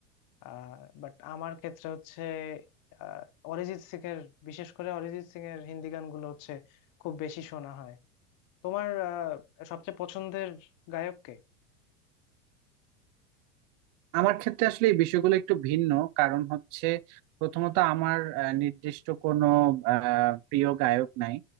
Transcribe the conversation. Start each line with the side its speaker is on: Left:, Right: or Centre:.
Left: আহ বাট আমার ক্ষেত্রে হচ্ছে আহ, অরিজিৎ সিং এর বিশেষ করে অরিজিৎ সিং এর হিন্দি গানগুলো হচ্ছে খুব বেশি শোনা হয় তোমার আহ, সবচেয়ে পছন্দের গায়ক কে
Right: আমার ক্ষেত্রে আসলে এই বিষয়গুলো একটু ভিন্ন কারণ হচ্ছে প্রথমত আমার আহ, নির্দিষ্ট কোনো আহ, প্রিয় গায়ক নাই